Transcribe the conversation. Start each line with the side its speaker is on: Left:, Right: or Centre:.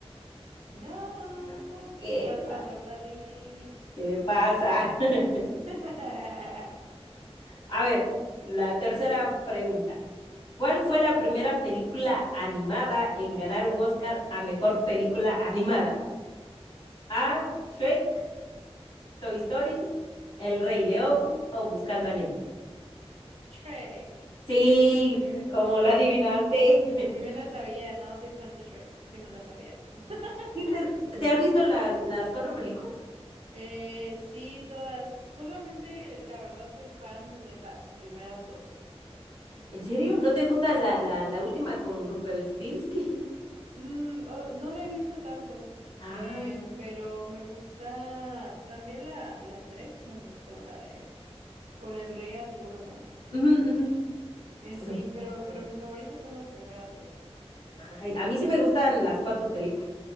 Right: No,
Left: No, ¿qué,
Right: Salvador
Left: pa-
Right: Dalí.
Left: qué me pasa? <laughs>
Right: <laughs>
Left: A ver, la tercera pregunta. ¿Cuál fue la primera película animada en ganar un Oscar a mejor película <laughs> animada? A. Shrek, Toy Story, El Rey León o Buscando a Nemo.
Right: Shrek.
Left: Sí,
Right: <laughs>
Left: como la adivinaste. <laughs>
Right: Sí me la sabía, no soy fan de Shrek, sí me la sabía. <laughs>
Left: ¿Sí ¿Te, te has visto las las cuatro películas?
Right: Eh, sí, todas. Solamente, la verdad, soy fan de las primeras dos.
Left: ¿En serio?
Right: Mm,
Left: ¿No te gusta la,
Right: sí.
Left: la, la última con Rumpelstiltskin? <laughs>
Right: Mm, oh, no la he visto tanto,
Left: Ah,
Right: eh, pero me gusta también la, la tres, me gustó, la de con el rey Arturo, ¿no?
Left: ujú, ujú.
Right: Eh, sí,
Left: No.
Right: pero,
Left: está bueno.
Right: pero mis favoritas son las primeras dos.
Left: Ay, a mí sí me gustan las cuatro películas.